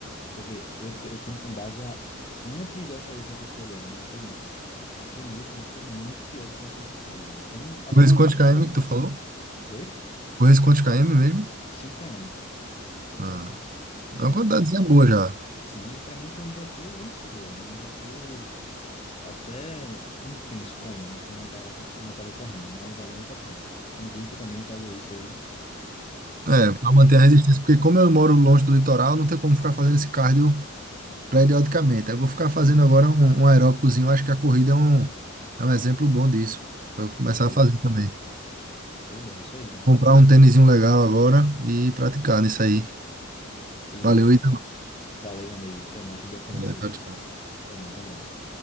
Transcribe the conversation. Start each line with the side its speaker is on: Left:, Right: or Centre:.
Left: Porque eu, tô- eu tenho com base a antes dessa última que eu fui agora, né? A penúltima. A penúltima foi muito pior do que essa última agora, velho. Então, a
Right: Correr
Left: tendência
Right: quantos km
Left: é por ano.
Right: que tu falou?
Left: né? Foi?
Right: Correr quantos km mesmo?
Left: cinco km.
Right: Ah,
Left: cinco
Right: é
Left: km.
Right: uma quantidadezinha
Left: Mas,
Right: boa já.
Left: Sim, para mim foi um desafio vencido, velho. Um desafio até intenso para mim, né? Que não tava, co- não tava correndo, mas valeu muito a pena. Indico também fazer isso aí.
Right: É, pra manter
Left: E,
Right: a resistência, porque como eu moro longe do litoral, não tem como ficar fazendo esse cardio periodicamente. Aí eu vou ficar fazendo
Left: e,
Right: agora um, um aeróbicozinho. Acho que a corrida é um, é um exemplo bom disso. Pra eu
Left: com
Right: começar
Left: certeza.
Right: a fazer também.
Left: Show de bola, isso aí, velho.
Right: Comprar um tênisinho legal agora e praticar nisso aí.
Left: Isso.
Right: Valeu, Ítalo.
Left: Valeu, meu amigo. Até mais. Foi uma Boa conversa
Right: Valeu,
Left: aí.
Right: tchau, tchau.
Left: Até mais. Um abraço.